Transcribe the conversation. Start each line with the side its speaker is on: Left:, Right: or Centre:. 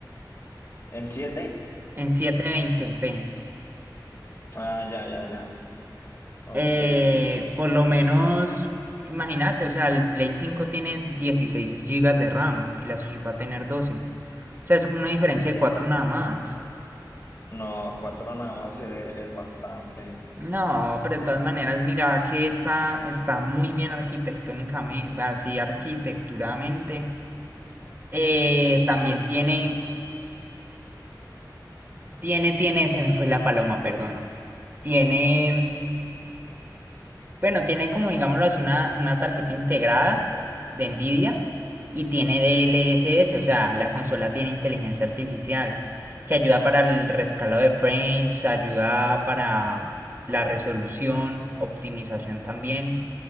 Left: ¿en siete
Right: en setecientos veinte p
Left: Ah, ya, ya, ya, ok,
Right: eh, por lo menos, imagínate, o sea, el Play cinco tiene 16 gigas de RAM y la Switch va a tener doce, O sea, es como una diferencia de cuatro nada más.
Left: no, 4 nada más eh, es bastante.
Right: No, pero de todas maneras, mira que está, está muy bien arquitectónicamente, así arquitecturamente. Eh, también tiene, tiene, tiene, se me fue la paloma, perdón. Tiene. Bueno, tiene como, digámoslo así, una, una tarjeta integrada de NVIDIA y tiene DLSS, o sea, la consola tiene inteligencia artificial que ayuda para el rescalado de frames, ayuda para la resolución, optimización también.